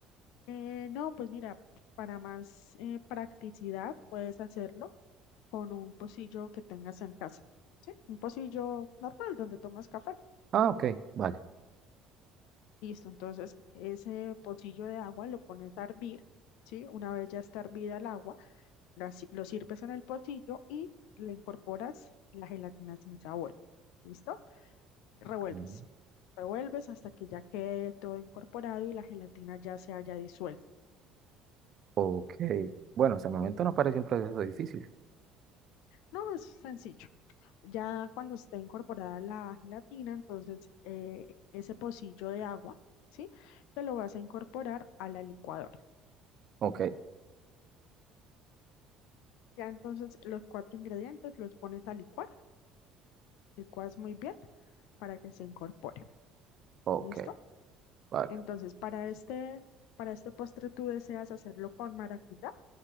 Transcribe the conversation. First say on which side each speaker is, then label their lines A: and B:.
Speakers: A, on the left; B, on the right.
A: Eh, no, pues mira, para más eh, practicidad puedes hacerlo con un pocillo que tengas en casa, ¿sí? Un pocillo normal donde tomas café.
B: Ah, ok, vale.
A: Listo, entonces ese pocillo de agua lo pones a hervir, ¿sí? Una vez ya está hervida el agua, la si- lo sirves en el pocillo y le incorporas la gelatina sin sabor, ¿listo? Revuelves,
B: Mm,
A: revuelves hasta que ya quede todo incorporado y la gelatina ya se haya disuelto.
B: Ok, bueno, hasta el momento no parece un proceso difícil.
A: No, es sencillo. Ya cuando esté incorporada la gelatina, entonces eh, ese pocillo de agua, ¿sí? Se lo vas a incorporar a la licuadora.
B: Ok,
A: Ya entonces los cuatro ingredientes los pones a licuar, licuas muy bien para que se incorpore,
B: ok,
A: ¿listo?
B: vale.
A: Entonces para este, para este postre tú deseas hacerlo con maracuyá